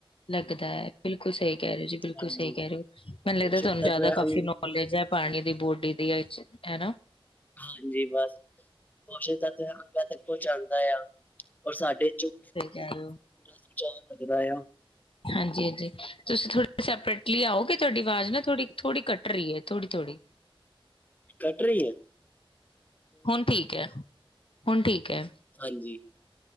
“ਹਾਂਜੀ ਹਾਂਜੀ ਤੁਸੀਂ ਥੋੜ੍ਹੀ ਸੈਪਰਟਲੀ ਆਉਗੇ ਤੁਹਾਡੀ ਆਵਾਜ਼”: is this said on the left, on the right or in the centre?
Left